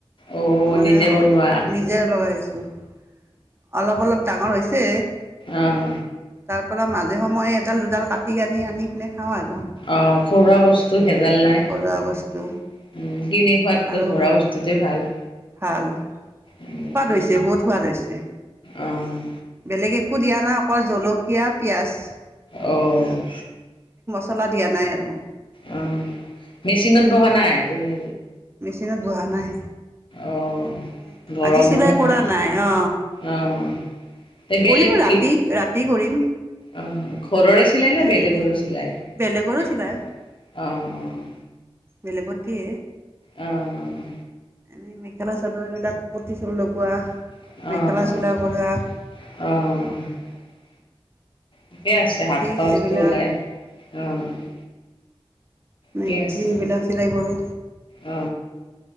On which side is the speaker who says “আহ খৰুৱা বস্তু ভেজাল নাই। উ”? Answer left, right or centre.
Left